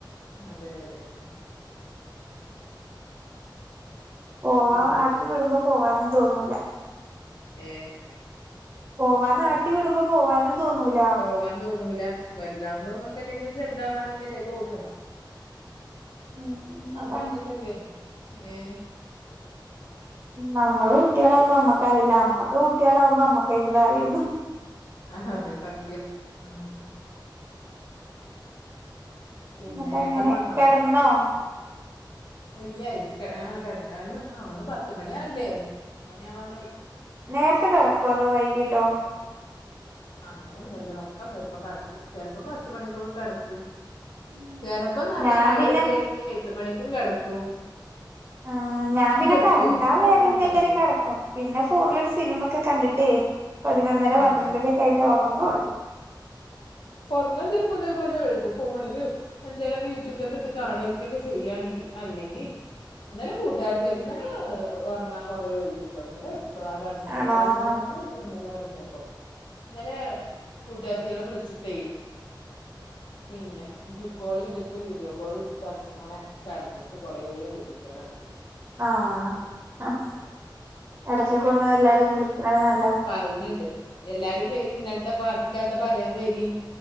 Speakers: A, on the left; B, on the right.
A: അതെ അതെ ഉം
B: പോവാ
A: പിന്നെ
B: ആട്ടി വിടുമ്പോ പോവാനും തോന്നൂല
A: ഏ
B: പോവാനാട്ടി വിടുമ്പോ പോവാനും തോന്നൂല
A: പോവാൻ തോന്നൂല വലുമ്പോന്നൊക്കെ ഇങ്ങനെ എന്തെങ്കിലും ചെറുതാവാൻന്നല്ലേ തോന്നുക
B: ഉം അതാണ്
A: അതങ്ങനല്ലേ ഏഹ്
B: നമ്മളു കുട്ടികളാവുമ്പോ അമ്മക്കറിയില്ല അമ്മക്ക് കുട്ടികളാവുമ്പോ അമ്മക്കന്റെറിയുന്നു
A: ആഹ് അതെ സത്യം ഉം പിന്നെ
B: എന്നിട്ടങ്ങനെ
A: ഏട്ടൻ വന്നോ
B: കെടന്നോ
A: ഇല്ല ഇരുട്ടെ ആ ഹ് കെടക്കാനും ആഹ് പത്തുമണിയായില്ലേ പത്ത് മണി ആവാനായി
B: നേരത്തെ കെടക്കുവോ അതോ വൈകീട്ടോ
A: അങ്ങനൊന്നൂല്ല ഒറക്കം വരുമ്പം കെടക്കും ചെലപ്പം പത്തു മണിക്കൊക്കെ കെടക്കും
B: ഉം.
A: ചിലപ്പം നല്ല
B: ഞാൻ
A: മഴ
B: പിന്നെ
A: പെയ്യാണെങ്കി എട്ടു മണിക്കും കെടക്കും
B: ഏഹ് ഞാൻ പിന്നെ
A: പ്രത്യേകിച്ച്
B: കിടക്കാ
A: പണിയൊന്നുല്ലല്ലോ
B: വേഗം കേറി കെടക്കും പിന്നെ ഫോണിലൊരു സിനിമൊക്കെ കണ്ടിട്ടേ പതിനൊന്നര
A: ആഹ്
B: പന്ത്രണ്ടരൊക്കെ ആയിട്ടേ ഒറങ്ങുള്ളൂ
A: പറഞ്ഞാ ചെലപ്പം ഇതേപോലെ ഴുതും ഫോണിലെ എന്തേലൊക്കെ യൂട്യൂബിലൊക്കെ ഇട്ട് കാണരിക്കൊക്കെ ചെയ്യാണെങ്കി അല്ലെങ്കി ഇന്നലെ കൂട്ടുകാരത്തികളെ ഇന്നലേ ഏഹ് ഒറങ്ങാൻ കൊറേ വൈകീട്ടോ ആധാമത്തിനൊത്തൊരു
B: ആണോ
A: പന്ത്രണ്ട് മണീ കൂടി ഇന്നലെ ഉറങ്ങിയപ്പം ഇന്നലേ കൂട്ടുകാരിത്തിക ളെ വിളിച്ചു ഇട്ടേ പിന്നെ ഗ്രൂപ്പ് കോൾ ചെയ്തിട്ടു വീഡിയോ കോൾ ചെയ്തിട്ടങ്ങനെ തെടന്നിട്ട് കൊറേ വൈകിട്ടാ കെടന്നെ
B: ആഹ് എടയ്ക്കൊക്കെ ഒന്ന് എല്ലാരേം വിളിക്കണ നല്ലതെ
A: വരിനുണ്ടെ എല്ലാരും വരീൻ ഇന്നലത്തെ ബാക്കിക്കഥ പറയാൻ വരീൻ